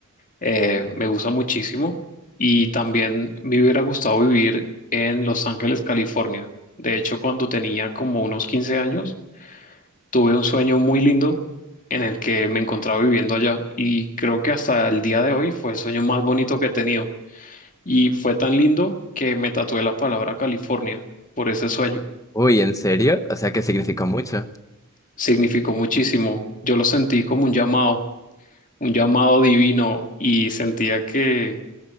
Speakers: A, on the left (about 35°); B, on the left (about 15°).
A: eh, me gusta muchísimo y también me hubiera gustado vivir en Los Ángeles, California. De hecho, cuando tenía como unos 15 años, tuve un sueño muy lindo en el que me encontraba viviendo allá y creo que hasta el día de hoy fue el sueño más bonito que he tenido y fue tan lindo que me tatué la palabra California por ese sueño.
B: Uy, ¿en serio? O sea, que significó mucho.
A: Significó muchísimo. Yo lo sentí como un llamado, un llamado divino y sentía que